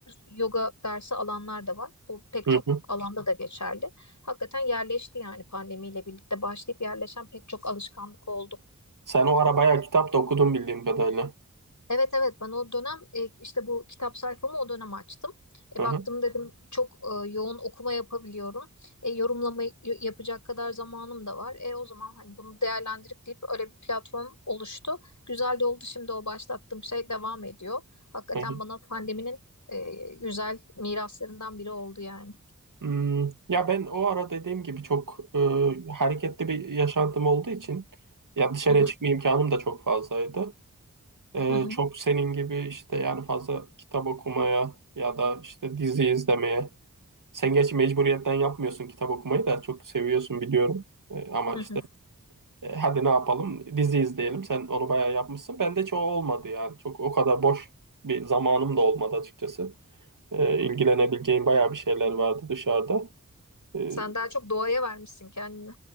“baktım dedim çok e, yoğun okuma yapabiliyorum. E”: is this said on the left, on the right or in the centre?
Left